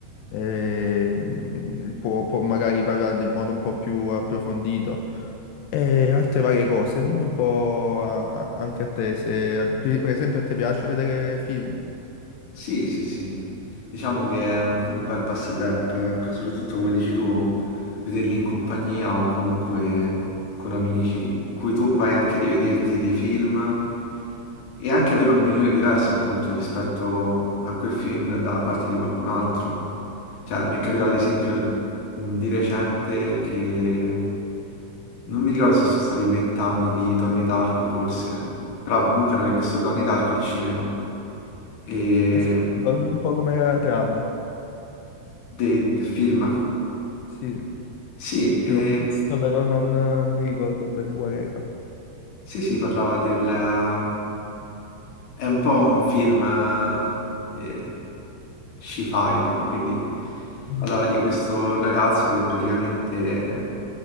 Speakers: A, on the left; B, on the left.
A: e, mm, può, può magari parlarne in modo un po' più approfondito. E altre varie cose, dimmi un po' a- a- anche a te, se per esempio a te piace vedere film.
B: Sì, sì, sì. Diciamo che è un è un bel passatempo, ecco, soprattutto come dici tu, vederli in compagnia o comunque con amici, in cui tu puoi anche rivederti dei film e anche avere un'opinione diversa appunto rispetto a quel film da parte di qualcun altro. Cioè, mi è capitato ad esempio mh, di recente che non mi ricordo se sono stati vent'anni di Donnie Darko forse, però comunque hanno rimesso Donnie Darko al cinema e
A: Aspetta, ricordi un po' com'era la trama?
B: de- del film.
A: Sì.
B: Sì,
A: che
B: e-
A: l'ho visto, però non eh, mi ricordo bene qual era.
B: sì, sì, parlava del... um, è un po' un film eh, sci-fi, no? Quindi
A: Mm.
B: parlava di questo ragazzo che praticamente